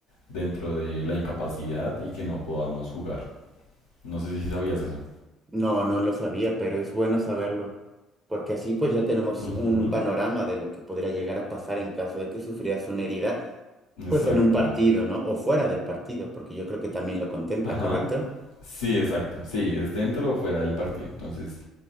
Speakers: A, on the left (about 80°); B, on the right (about 15°).
A: dentro de la incapacidad y que no podamos jugar. No sé si sabías eso.
B: No, no lo sabía, pero es bueno saberlo, porque así pues ya tenemos
A: Ujú.
B: un panorama de lo que podría llegar a pasar en caso de que sufrieras una herida,
A: Exacto.
B: pues en un partido, ¿no? O fuera del partido, porque yo creo que también lo contempla,
A: Ajá.
B: ¿correcto?
A: Sí, exacto. Sí, es dentro o fuera del partido. Entonces,